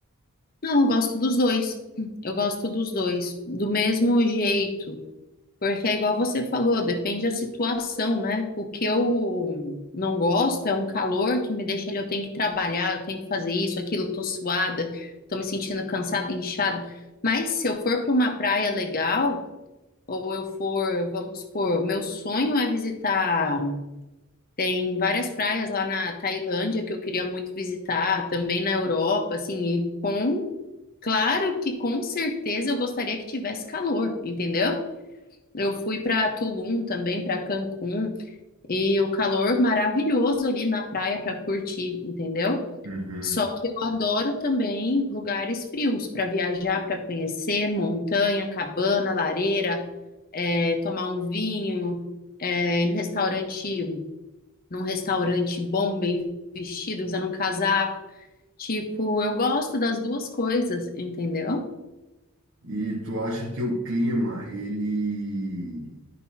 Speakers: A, on the left (about 45°); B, on the right (about 65°).
A: Não, eu gosto dos dois. Eu gosto dos dois. Do mesmo jeito. Porque é igual você falou, depende da situação, né? O que eu não gosto é um calor que me deixa ali, eu tenho que trabalhar, eu tenho que fazer isso, aquilo, eu tô suada, tô me sentindo cansada, inchada. Mas se eu for para uma praia legal, ou eu for, vamos supor, meu sonho é visitar, tem várias praias lá na Tailândia que eu queria muito visitar, também na Europa, assim, e com, claro que com certeza eu gostaria que tivesse calor, entendeu? Eu fui para Tulum também, para Cancún, e o calor maravilhoso ali na praia para curtir, entendeu?
B: Uhum.
A: Só que eu adoro também lugares frios para viajar, para conhecer montanha, cabana, lareira, é, tomar um vinho, é, ir no restaurante, num restaurante bom, bem vestido, usando um casaco. Tipo, eu gosto das duas coisas, entendeu?
B: E tu acha que o clima, ele